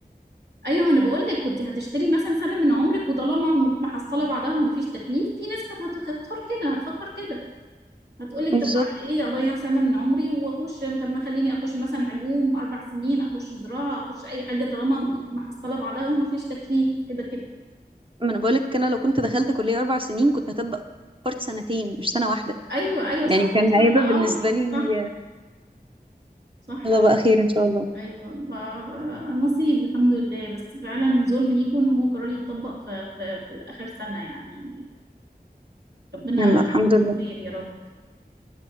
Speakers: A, on the right; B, on the right.
A: ايوه ما انا بقول لك كنت هتشتري مثلا سنه من عمرك وطالما م- محصله بعدها ومفيش تكليف في ناس كانت هتختار كده هتفكر كده هتقول لك
B: بالظبط
A: طب على ايه اضيع سنه من عمري واخش طب ما خليني اخش مثلا علوم اربع سنين اخش زراعه اخش اي حاجه طالما م- محصله بعدها ومفيش تكليف كده كده
B: ما انا بقولك انا لو كنت دخلت كليه اربع سنين كنت هتبقى فرت سنتين مش سنه واحده
A: ايوه ايوه
B: يعني
A: صح
B: كان
A: صح
B: هيبقى بالنسبه
A: اه
B: لي
A: صح صح
B: يلا بقى خير ان شاء الله
A: ايوه فنصيب الحمد لله بس فعلا ظلم ليكم ان هو قرار يتطبق في, في, في اخر سنه يعني ربنا
B: يلا الحمد لله
A: خير يا